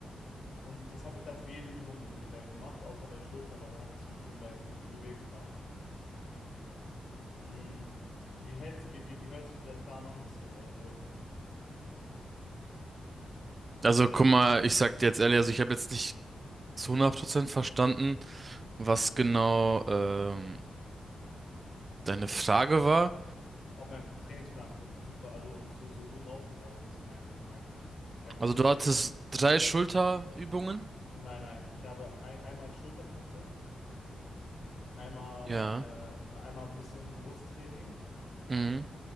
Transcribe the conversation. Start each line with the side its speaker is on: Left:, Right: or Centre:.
Left: Und das habe ich dann für jede Übung ungefähr gemacht, außer bei Schulter, weil da hat es mir schon bei 5 Kilo wehgetan. Mm, Wie hält, wie, wie, wie hört sich dieser Plan an bis jetzt? Also,
Right: Also,
Left: so,
Right: guck mal, ich sag dir jetzt ehrlich, also ich habe jetzt nicht zu hundert Prozent verstanden, was genau ähm, deine Frage war.
Left: ob mein Trainingsplan super, also so, so gut aufgebaut ist, mein, meine, mein Push-Day.
Right: Also, du hattest drei Schulterübungen.
Left: Nein, nein, ich habe ein, einmal Schulterpresse, einmal
Right: Ja.
Left: meine, einmal ein bisschen Brusttraining
Right: Mhm.